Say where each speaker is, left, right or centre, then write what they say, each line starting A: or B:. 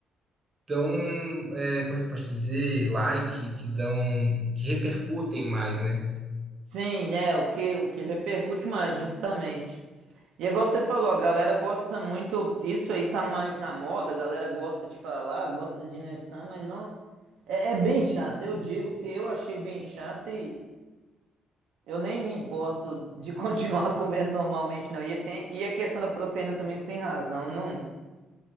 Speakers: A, on the right; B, on the right.
A: dão é, como é que eu posso dizer, like, que dão, que repercutem mais, né?
B: Sim, é, o que, o que repercute mais, justamente. E é igual você falou, a galera gosta muito, isso aí tá mais na moda, a galera gosta de falar, gosta de Nefsan, mas não, é, é bem chato, eu digo, porque eu achei bem chato e eu nem me importo de continuar <laughs> comendo normalmente, não. E, tem, e a questão da proteína também, você tem razão, não,